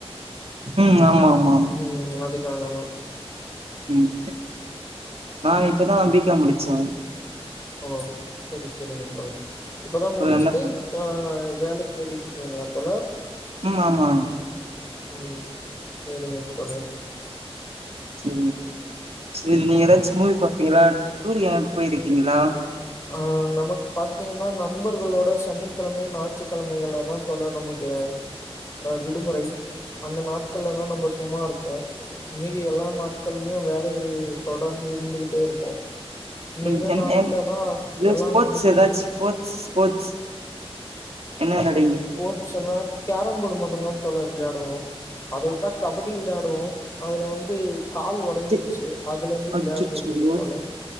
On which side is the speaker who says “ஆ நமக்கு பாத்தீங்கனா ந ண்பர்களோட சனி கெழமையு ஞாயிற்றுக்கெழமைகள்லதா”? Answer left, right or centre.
Left